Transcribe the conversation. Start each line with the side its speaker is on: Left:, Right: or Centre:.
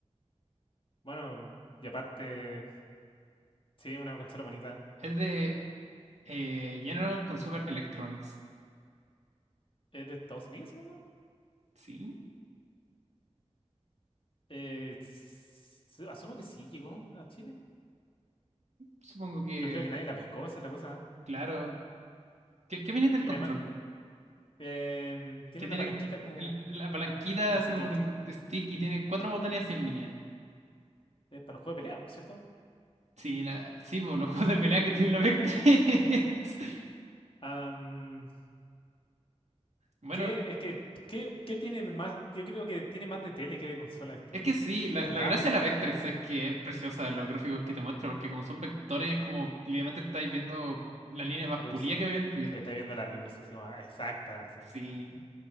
Left: bueno, y aparte, sí, una consola bonita.
Right: Es de eh, General Consumer Electronics.
Left: ¿Es de Estados Unidos, supongo?
Right: Sí,
Left: Eh, s- asumo que sí llegó a Chile.
Right: supongo que,
Left: Yo creo que nadie la pescó, esa es la cosa.
Right: claro. ¿Qué, qué opinas del
Left: Y
Right: control?
Left: además Em, tiene
Right: que tiene
Left: una palanquita como
Right: el- la palanquita
Left: como un
Right: así
Left: stick.
Right: como de, de stick y tiene cuatro botones en línea.
Left: Es para los juegos de pelea, po, ¿cierto?
Right: Sí, la, sí, po, los <laughs> juegos de pelea que tiene la Vectrex. <laughs>
Left: Am,
Right: Bueno,
Left: ¿qué, es que, ¿qué, qué tiene más? Yo creo que tiene más de tele que de consola esto.
Right: es que
Left: Es,
Right: sí, la,
Left: es raro.
Right: la gracia de la Vectrex es que es preciosa los gráficos que te muestra, porque como son vectores, como literalmente estáis viendo la línea más
Left: Luz.
Right: pulida que había en tu vida.
Left: Se está viendo la luz así como ah, exacta, así.
Right: Sí,